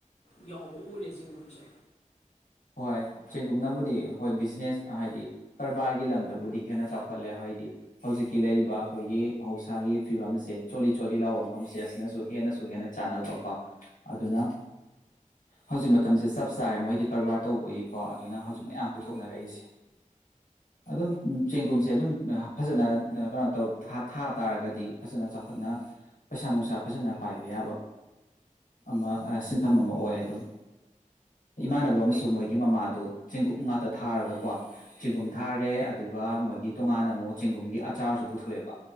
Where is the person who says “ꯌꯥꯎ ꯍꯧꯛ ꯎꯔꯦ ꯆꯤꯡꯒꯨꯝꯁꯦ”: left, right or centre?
Left